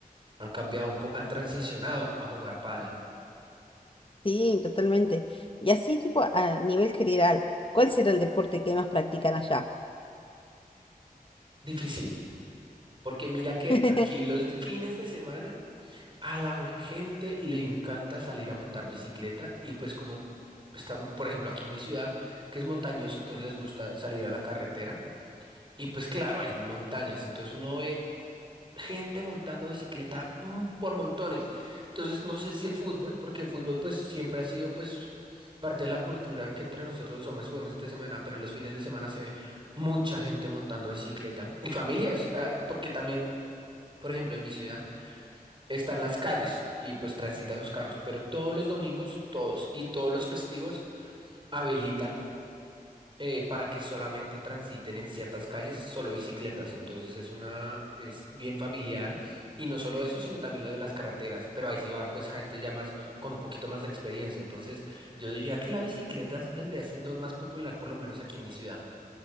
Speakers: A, on the right; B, on the left.
A: han cambiado un poco, han transicionado a jugar pádel.
B: Sí, totalmente. Y así, tipo, a nivel general, ¿cuál será el deporte que más practican allá?
A: Difícil, porque mira que
B: <laughs>
A: aquí los fines de semana A la gente le encanta salir a montar bicicleta y pues como están, por ejemplo, aquí en mi ciudad, que es montañoso, entonces les gusta salir a la carretera y pues claro, hay montañas, entonces uno ve gente montando bicicleta mm, por montones. Entonces no sé si el fútbol, porque el fútbol pues siempre ha sido pues parte de la cultura que entre nosotros los hombres jugamos entre semana, pero los fines de semana se ve mucha gente montando bicicleta y familias, ah, porque también, por ejemplo, en mi ciudad están las calles y pues transitan los carros, pero todos los domingos, todos y todos los festivos habilitan eh, para que solamente transiten en ciertas calles solo bicicletas. Entonces es una, es bien familiar y no solo eso, sino también lo de las carreteras. Pero ahí sí va pues gente ya más con un poquito más de experiencia. Entonces yo diría que la bicicleta vendría siendo el más popular, por lo menos aquí en mi ciudad.